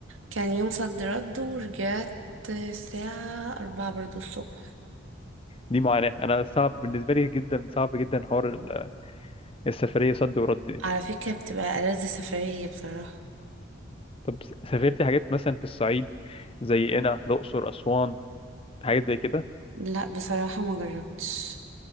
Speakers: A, on the right; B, on the left.
A: كان يوم صد رد ورجعت الساعة أربعة برضو الصبح
B: دي معاناه انا صعب بالنسبه لي جدا صعب جدا حوار ال- السفريه صد ورد دي
A: على فكرة بتبقى ألذ سفرية بصراحة
B: طب سافرتي حاجات مثلا في الصعيد زي قنا الأقصر أسوان حاجات زي كده
A: لا بصراحة ما جربتش